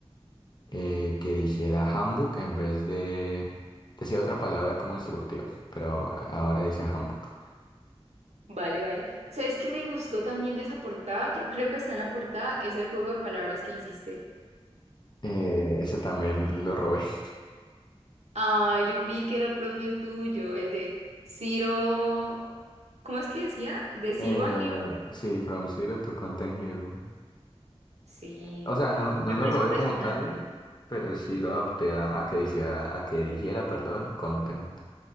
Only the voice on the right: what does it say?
Vale, vale. ¿Sabes qué me gustó también de esa portada? Creo, creo que está en la portada, es el juego de palabras que hiciste.
Ah, yo creí que era propio tuyo, el de Ciro. ¿Cómo es que decía? ¿De Ciro
a Hero?
Sí,
me
pareció
impresionante.